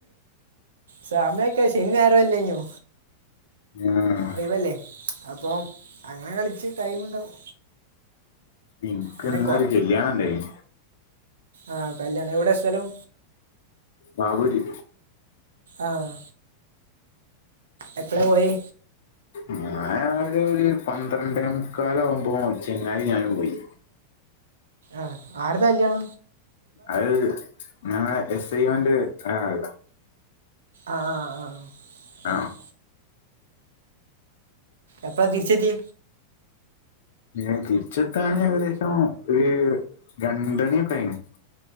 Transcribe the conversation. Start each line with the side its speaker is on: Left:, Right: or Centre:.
Right: സമയൊക്കെ ശനി ഞായറൊ അല്യേന്യോ
Left: ആഹ്
Right: ഒയ് വെല്ലേ അപ്പൊ അങ്ങനെ കളിച്ച് ടൈം ഉണ്ടാവും
Left: ഇൻക്ക്
Right: പിന്നെ
Left: ഇന്നരു കെല്യാണണ്ടായ്നി
Right: ആഹ് കല്യാണം എവിടെ സ്ഥലം
Left: നാകൂരി
Right: ആഹ് എപ്പ്ളെ പോയെ
Left: ഞാൻ രാവിലെ ഒരു പന്ത്രണ്ടേമുക്കാലാകുമ്പോ ചങ്ങായി ഞാനു പോയി
Right: ആഹ് ആര്ടെ കല്യാണ
Left: അത് ഞങ്ങളെ എസ് ഐ മോന്റെ ആഹ്
Right: ആഹ് ആഹ്
Left: ആ
Right: ആഹ് എപ്പ തിരിച്ചെത്തി
Left: ഞൻ തിരിച്ചെത്താണ് ഏകദേശം ഒരു രണ്ടണിക്ക്യായിന്